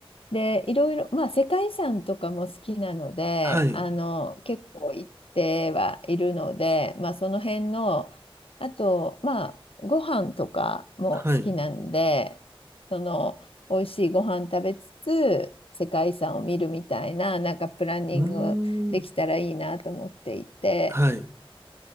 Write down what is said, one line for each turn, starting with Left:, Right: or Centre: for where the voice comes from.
Left: で、いろいろ、まあ、世界遺産とかも好きなので、
Right: はい。
Left: あの、結構行ってはいるので、まあ、その辺の、あと、まあ、ご飯とかも好きなんで、
Right: はい。
Left: その、美味しいご飯食べつつ、世界遺産を見るみたいな、なんかプランニングできたらいいなと思っていて、
Right: うーん。はい。